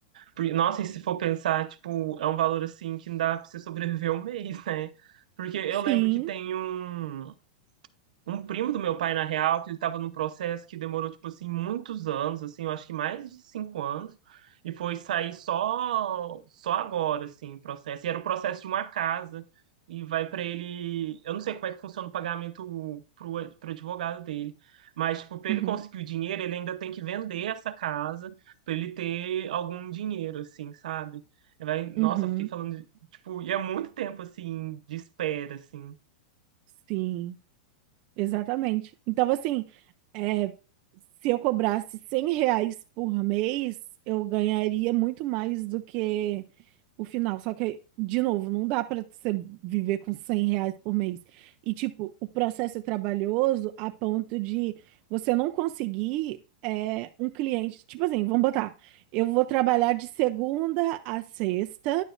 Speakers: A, on the right; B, on the right.
A: Porque, nossa, e se for pensar, tipo, é um valor assim que não dá pra você sobreviver um mês, né? Porque eu
B: Sim.
A: lembro que tem um um primo do meu pai, na real, que ele estava num processo que demorou, tipo assim, muitos anos, assim, eu acho que mais de cinco anos, e foi sair só, só agora, assim, o processo. E era o processo de uma casa, e vai para ele. Eu não sei como é que funciona o pagamento pro, pro advogado dele. Mas, tipo, para
B: Uhum.
A: ele conseguir o dinheiro, ele ainda tem que vender essa casa para ele ter algum dinheiro, assim, sabe? Vai, nossa,
B: Uhum.
A: eu fiquei falando, de- tipo, e é muito tempo, assim, de espera, assim.
B: Sim. Exatamente. Então, assim, é, se eu cobrasse 100 reais por mês, eu ganharia muito mais do que o final. Só que, de novo, não dá para você viver com 100 reais por mês. E, tipo, o processo é trabalhoso a ponto de você não conseguir é, um cliente. Tipo assim, vamos botar, eu vou trabalhar de segunda a sexta